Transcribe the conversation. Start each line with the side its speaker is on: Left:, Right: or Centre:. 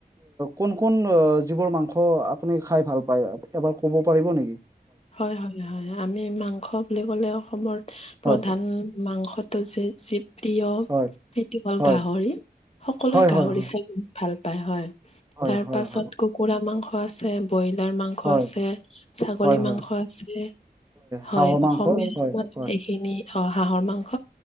Right: কোন কোন যিবোৰ মাংস আপুনি খাই ভাল পায় এবাৰ ক'ব পাৰিব নেকি?
Left: হয়, হয়, হয় আমি মাংস বুলি ক'লে অসমৰ
Right: হয়
Left: প্ৰধান মাংসটো যে যি প্ৰিয়
Right: হয়
Left: সেইটো হ'ল
Right: হয়
Left: গাহৰি। সকলোৱে
Right: হয়
Left: গাহৰি
Right: হয় হয়
Left: খাই বহুত ভাল পায় হয়
Right: হয়
Left: তাৰ
Right: হয়
Left: পাছত
Right: হয়
Left: কুকুৰা মাংস আছে। ব্ৰইলাৰ মাংস
Right: হয়
Left: আছে ছাগলী
Right: হয় হয়
Left: মাংস আছে। হয়
Right: হাঁহৰ মাংস
Left: অসমীয়া
Right: হয়
Left: সমাজত
Right: হয় হয়
Left: এইখিনি হাঁহৰ মাংস